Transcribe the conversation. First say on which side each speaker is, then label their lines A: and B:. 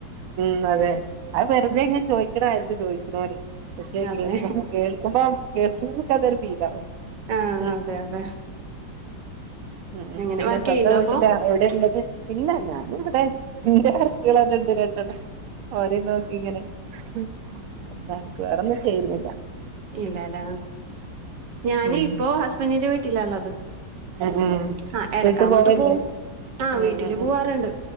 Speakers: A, on the right (about 80°); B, on the right (about 65°).
A: ഉം, അതെ അത് വെറുതെ ഇങ്ങ് ചോയ്ക്ക്ണതായിരിക്കും ചോയ്ക്കുന്നോര്. പക്ഷെ
B: അതെ
A: കേൾക്കുമ്പം, കേൾക്കുമ്പോ കേൾക്ക്ന്നോർക്ക് അതൊരു ഫീലാവും.
B: ആഹ,
A: ഉം
B: അതെ അതെ
A: ഉം
B: എങ്ങനെ
A: പിന്നെ
B: വർക്ക്
A: സ്വന്തം
B: ചെയ്യണ്ടോ
A: വീട്ടില
B: അപ്പൊ
A: എവിടെ ഇള്ളത് ഇല്ല ഞാനും ഇവിടെ ഇന്റെ മക്കള് തന്നെണ്ട് രണ്ടെണ്ണം ഓരേ നോക്കി ഇങ്ങനെ <unintelligible> വെറൊന്നും ചെയ്യുന്നില്ല
B: ഇല്ലട, ഞാന്
A: ഉം
B: ഇപ്പോ ഹസ്ബന്റിന്റെ വീട്ടില ഉള്ളത്
A: ഉം ഉം
B: ആ എടക്ക്
A: വീട്ട്
B: അങ്ങോട്ട്
A: പോവല്ലേ
B: പോവും ആ
A: ഉം
B: വീട്ടില്
A: ഉം
B: പോവാറ്ണ്ട്,
A: ഉം